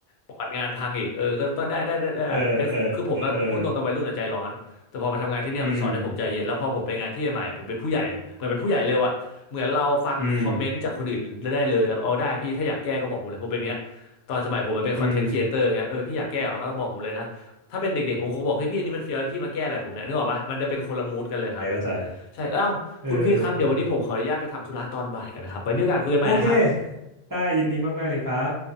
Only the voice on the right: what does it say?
เออเออเอออืมอืม
อืม
เข้าใจเข้าใจ
เออโอเคได้ยินดีมากๆเลยครับ